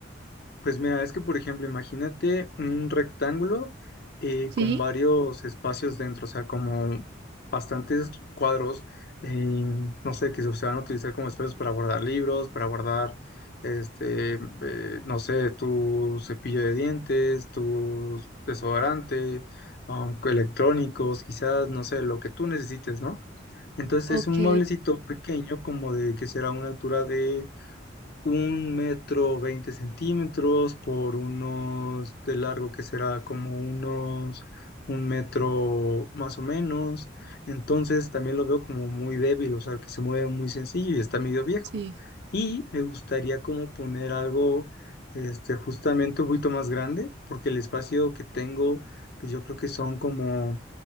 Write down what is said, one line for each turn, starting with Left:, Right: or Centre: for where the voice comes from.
Left: Pues mira, es que por ejemplo, imagínate un rectángulo eh,
Right: Sí,
Left: con varios espacios dentro, o sea, como bastantes cuadros, eh, no sé, que se van a utilizar como espacios para guardar libros, para guardar, este, eh, no sé, tu cepillo de dientes, tu desodorante, um, electrónicos, quizás, no sé, lo que tú necesites, ¿no? Entonces
Right: ok,
Left: es un mueblecito pequeño, como de que será una altura de un metro veinte centímetros por unos de largo que será como unos un metro más o menos. Entonces también lo veo como muy débil, o sea, que se mueve muy sencillo y está medio viejo.
Right: Sí,
Left: Y me gustaría como poner algo este, justamente un poquito más grande, porque el espacio que tengo, pues yo creo que son como